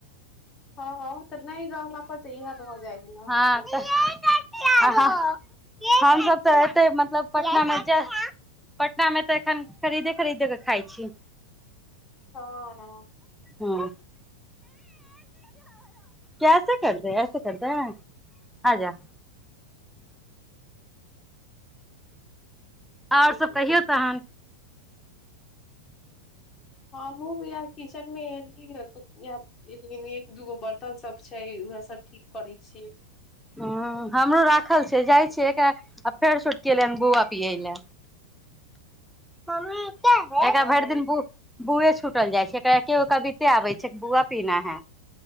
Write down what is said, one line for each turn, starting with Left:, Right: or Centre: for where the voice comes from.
Left: हँ हँ त नहि रहला पर त इहे भ जाय है ना
Centre: हँ त हमसब त एतै मतलब पटना मे जा पटना मे त एखन खरीदे खरीदे क खाइ छी
Left: हँ हँ
Centre: हँ कैसे कर देे ऐसे करदें आजा आउर सब कहियौ तहन
Left: हँमहुं येह किचन मे एली है कछु या एक दूगो बर्तन सब छै उहे सब ठीक करे छियै
Centre: ह हमरो राखल छै जाइ छियै एकरा फेर छोटकी एलै हन बौआ बियाल एकरा
Left: हँ
Centre: भरि दिन बुऐ छूटल जाइ छै एकरा एके गो कबिते आबै छै बुआ पीना है